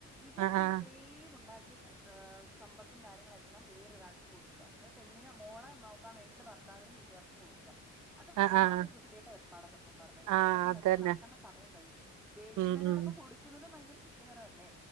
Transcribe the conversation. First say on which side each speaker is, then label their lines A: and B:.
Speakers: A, in the centre; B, on the right.
A: ഇവരുടെ
B: ആഹ് ആഹ് ആഹ്
A: ഇത്രേം ഉണ്ടാ- ഈ സ സമ്പത്തും കാര്യങ്ങളെല്ലാം വേറൊരാൾക്കു കൊടുക്ക്അ- അത് പെണ്ണിനെ മോളെ നോക്കാൻ വേണ്ടി - എന്നിട്ട് ഭർത്താവിനും വീട്ടുകാർക്കും കൊടു- ക അത് വല്ലാത്ത
B: ആഹ് ആഹ് ആഹ്
A: ഒരു വൃത്തികെട്ട ഏർപ്പാട സത്യം പറഞ്ഞു കഴിഞ്ഞ
B: ആഹ്
A: ഇതൊക്കെ
B: അതന്നെ
A: നിർത്തലകെണ്ട സമയം കഴിഞ്ഞു വേടി-
B: ഉം
A: ഇതോടൊപ്പം
B: ഉം
A: കൊടുക്കുന്നത്- തും ഭയകര കുറ്റകരം അല്ലെ?